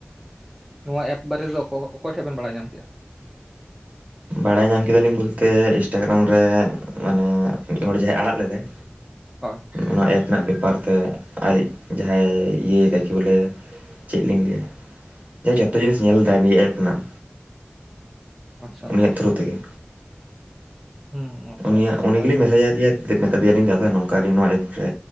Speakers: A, in the centre; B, on the right (about 40°).
A: ᱱᱚᱣᱟ ᱮᱯ ᱵᱟᱨᱮ ᱫᱚ ᱚᱠᱚᱭ ᱴᱷᱮᱜ ᱵᱮᱱ ᱵᱟᱲᱟᱭ ᱧᱟᱢ ᱠᱮᱜᱼᱟ?
B: ᱵᱟᱲᱟᱭ ᱧᱟᱢ ᱠᱮᱫᱟ ᱞᱤᱧ ᱵᱚᱞᱛᱮ ᱤᱱᱥᱴᱟᱜᱨᱟᱢ ᱨᱮᱢᱟᱱᱮ ᱢᱤᱫ ᱦᱚᱲ ᱡᱟᱦᱟᱸᱭ ᱟᱲᱟᱜ ᱞᱮᱫᱟᱭ,
A: ᱦᱳᱭ
B: ᱱᱚᱣᱟ ᱮᱯ ᱨᱮᱱᱟᱜ ᱵᱮᱯᱟᱨ ᱛᱮ ᱟᱡ ᱡᱟᱦᱟᱭ ᱤᱭᱟᱹᱭ ᱮᱫᱟ ᱠᱤ ᱵᱚᱞᱮ ᱪᱮᱜ ᱞᱤᱧ ᱞᱟᱹᱭᱟ ᱡᱚᱛᱚ ᱡᱤᱱᱤᱥ ᱧᱮᱞ ᱮᱫᱟᱭ ᱱᱤᱭᱟᱹ ᱮᱯ ᱨᱮᱱᱟᱜ,
A: ᱟᱪᱪᱷᱟ
B: ᱩᱱᱤᱭᱟᱜ ᱛᱷᱨᱩ ᱛᱮᱜᱮ᱾
A: ᱦᱩᱸ ᱟᱪᱪᱷᱟ
B: ᱩᱱᱭᱟᱜ
A: ᱟᱹᱰᱤ ᱱᱟᱯᱟᱭ
B: ᱩᱱᱤ ᱜᱮᱞᱤᱧ ᱢᱮᱥᱮᱡᱽ ᱟᱫᱮᱭᱟ ᱫᱮᱯ ᱢᱮᱛᱟ ᱫᱮᱭᱟᱞᱤᱧ ᱫᱟᱫᱟ ᱱᱚᱝᱠᱟ ᱟᱹᱞᱤᱧ ᱱᱚᱣᱟ ᱮᱯ ᱨᱮ